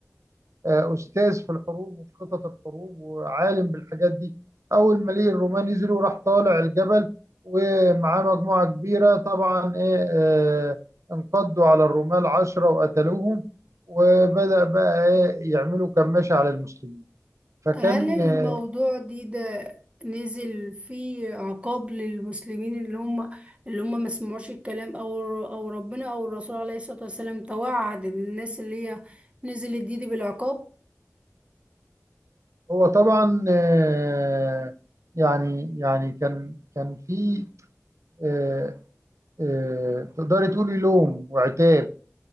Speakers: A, on the right; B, on the right.
A: آه، أستاذ في الحروب وفي خطط الحروب وعالم بالحاجات دي أول ما ليه الرومان نزلوا راح طالع الجبل ومعاه مجموعة كبيرة طبعا إيه آه، انقضوا على الرمال عشرة وقتلوهم وبدأ بقى إيه يعملوا كماشة على المسلمين فكان
B: طب هل الموضوع
A: آه،
B: دي ده نزل فيه عقاب للمسلمين اللي هم اللي هم ما سمعوش الكلام او او ربنا او الرسول عليه الصلاة والسلام توعد الناس اللي هي نزلت دي, دي بالعقاب
A: هو طبعا آه، يعني يعني كان كان في آه، آه، تقدري تقولي لوم وعتاب